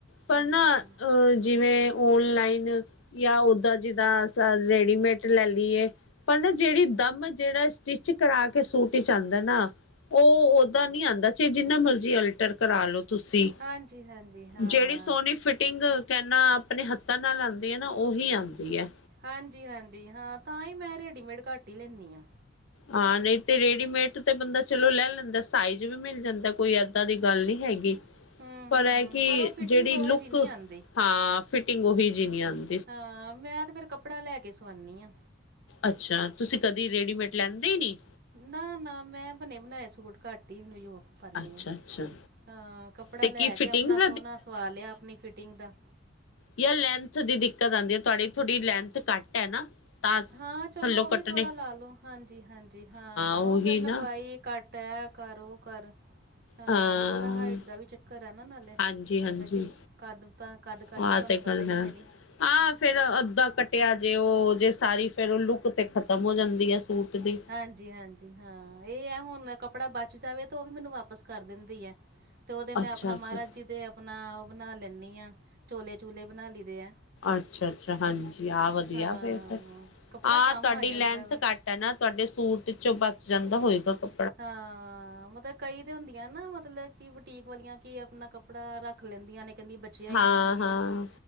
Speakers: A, on the left; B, on the right.
A: ਪਰ
B: ਹੂੰ
A: ਨਾ
B: ਹੂੰ
A: ਅ ਜਿਵੇਂ ਔਨਲਾਈਨ ਜਾਂ ਓਦਾਂ ਜਿੱਦਾਂ ਅਸਾ ਰੇਡੀਮੇਟ ਲੈ ਲਈਏ ਪਰ ਨਾ ਜਿਹੜੀ ਦਮ ਜਿਹੜਾ ਸਟਿਚ ਕਰਾ ਕੇ ਸੂਟ ਇਚ ਆਂਦਾ ਨਾ ਉਹ ਓਦਾਂ ਨੀ ਆਦਾ ਚੇ ਜਿੰਨਾ ਮਰਜ਼ੀ ਅਲਟਰ ਕਰਾਲੋ। ਤੁਸੀਂ,
B: ਹਾਂਜੀ ਹਾਂਜੀ ਹਾਂ
A: ਜਿਹੜੀ ਸੋਹਣੀ ਫਿਟਿੰਗ ਕਰਨਾਂ ਆਪਣੇ ਹੱਥਾਂ ਨਾਲ ਆਂਦੀ ਐ ਨਾ, ਉਹੀ ਆਦੀ ਐ।
B: ਹਾਂਜੀ- ਹਾਂਜੀ ਹਾਂ ਤਾਂਹੀ ਮੈਂ ਰੈਡੀਮੇਡ ਘੱਟ ਈ ਲੇਨੀ ਆ।
A: ਹਾਂ ਨਈ ਤੇ ਰੇਡੀਮੇਡ ਤੇ ਬੰਦਾ ਚਲੋ ਲੈ ਲੈਂਦਾ, ਸਾਈਜ਼ ਵੀ ਮਿਲ ਜਾਂਦਾ ਕੋਈ ਐਦਾਂ ਦੀ ਗੱਲ ਨੀ ਹੈਗੀ
B: ਹੂੰ
A: ਪਰ
B: ਹੂੰ
A: ਐਹ ਕਿ
B: ਪਰ ਉਹ ਫਿਟਿੰਗ
A: ਜਿਹੜੀ
B: ਉਹੋ
A: ਲੁੱਕ,
B: ਜਿਹੀ ਨਹੀਂ ਆਉਂਦੀ
A: ਹਾਂ ਫਿਟਿੰਗ ਉਹੀ ਜਿਹੀ ਨੀ ਆਦ
B: ਹਾਂ ਮੈਂ ਤੇ ਫੇਰ ਕੱਪੜਾ ਲੈ ਕੇ ਸੁਆਨੀ ਆ।
A: ਅੱਛਾ ਤੁਸੀਂ ਕਦੀਂ ਰੇਡੀਮੇਡ ਲੈਂਦੇ ਈ ਨੀ?
B: ਨਾ- ਨਾ ਮੈਂ ਬਣੇ ਬਣਾਏ ਸੂਟ ਘੱਟ ਈ ਮੈਨੂੰ ਯ ਕਰਨੀ
A: ਅੱਛਾ
B: ਆ,
A: ਅੱਛਾ
B: ਹਾਂ ਕੱਪੜਾ
A: ਤੇ
B: ਲੈ
A: ਕੀ
B: ਕੇ
A: ਫਿਟਿੰਗ
B: ਆਪਣਾ ਸੋਹਣਾ ਸਵਾ ਲਿਆ ਆਪਣੀ ਫਿਟਿੰਗ ਦਾ
A: ਜਦ ਲੈਂਥ ਦੀ ਦਿੱਕਤ ਆਂਦੀ, ਤੁਹਾਡੀ ਥੋੜੀ ਲੈਂਥ ਘੱਟ ਐ ਨਾ। ਤਾਂ
B: ਹਾਂ ਚਲੋ
A: ਥੱਲੋਂ
B: ਉਹ ਵੀ
A: ਕੱਟਣੇ
B: ਥੋੜਾ ਲੇ ਲੋ, ਹਾਂਜੀ-ਹਾਂਜੀ ਹਾਂ
A: ਉਹੀ
B: ਉਹ ਫਿਰ ਲੰਬਾਈ
A: ਨਾ
B: ਘੱਟ ਐਹ ਕਰ ਉਹ ਕਰ ਅ
A: ਹਾਂ
B: ਥੋੜਾਂ ਹਾਈਟ ਦਾ ਵੀ ਚੱਕਰ ਐ ਨਾ ਨਾਲੇ,
A: ਹਾਂਜੀ
B: ਮਤਲਬ
A: ਹਾਂਜੀ
B: ਕਿ ਕੱਦ ਭਾ ਕੱਦ ਕਾਠੀ
A: ਆਹ
B: ਤੁਹਾਂਨੂੰ
A: ਤੇ
B: ਪਤਾ
A: ਗੱਲ
B: ਈ
A: ਹੈ
B: ਆ ਮੇਰੀ
A: ਹਾਂ ਫੇਰ ਅੱਧਾ ਕੱਟ -ਟਿਆ ਜੇ ਉਹ ਜੇ ਸਾਰੀ ਫਿਰ ਉਹ ਲੁੱਕ 'ਤੇ ਖ਼ਤਮ ਹੋ ਜਾਂਦੀ ਐ ਸੂਟ ਦੀ
B: ਹਾਂਜੀ-ਹਾਂਜੀ ਹਾਂ ਇਹ ਐ ਹੁਣ ਕੱਪੜਾ ਬਚ ਜਾਵੇ ਤੇ ਉਹ ਵੀ ਮੈਨੂੰ ਵਾਪਿਸ ਕਰ ਦਿੰਦੀ ਐ। ਤੇ ਉਹਦੇ ਮੈਂ
A: ਅੱਛਾ
B: ਆਪਣਾ
A: ਅੱਛਾ
B: ਮਹਾਰਾਜ ਜੀ ਦੇ ਆਪਣਾ ਉਹ ਬਣਾ ਲੇਨੀ ਆ, ਚੋਲੇ ਚੂਲੇ ਬਣਾ ਲਈ ਦੇ ਆ।
A: ਅੱਛਾ- ਅੱਛਾ ਹਾਂਜੀ ਆਹ ਵਧੀਆ
B: ਹਾਂ
A: ਫਿਰ ਤਾਂ,
B: ਕੱਪੜਾ
A: ਹਾਂ
B: ਕੰਮ
A: ਤੁਹਾਡੀ
B: ਆ
A: ਲੈਂਥ
B: ਜਾਂਦਾ ਵਾ
A: ਘੱਟ ਐ ਨਾ, ਤੁਹਾਡੇ ਸੂਟ ਇਚੋਂ ਬਚ ਜਾਂਦਾ ਹੋਏਗਾ ਕੱ
B: ਹਾਂ, ਮਤਲਬ ਕਈ ਤੇ ਹੁੰਦੀਆਂ ਨਾ ਮਤਲਬ ਕਿ ਬੁਟੀਕ ਵਾਲੀਆਂ ਕੀ ਆਪਣਾ ਕੱਪੜਾ ਰੱਖ ਲੈਂਦੀਆਂ ਨੇ ਕਹਿੰਦੀਆਂ ਬਚਿਆ ਈ
A: ਹਾਂ
B: ਨੀ
A: ਹਾਂ
B: ਯੇਹ ਵੋ